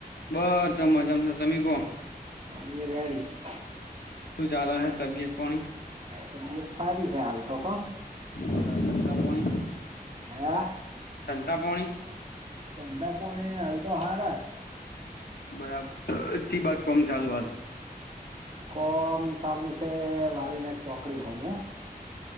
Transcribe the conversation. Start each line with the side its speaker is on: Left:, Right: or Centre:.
Left: બધાજજામશે તમે કો
Right: અ મેં રેડી.
Left: શું ચાલે હ તબિયત પાણી.
Right: તબિયત સારી છે હાલ તો કો.
Left: બરાબર ધંધા પાણી
Right: હા.
Left: ધંધા પાણી.
Right: ધંધા પોણી હાલ તો હારા છે.
Left: બરાબર હછી બાજ કોમ ચાલુ હૈ.
Right: કો મ ચાલુ છે વાળને ચોકડી હોમુ.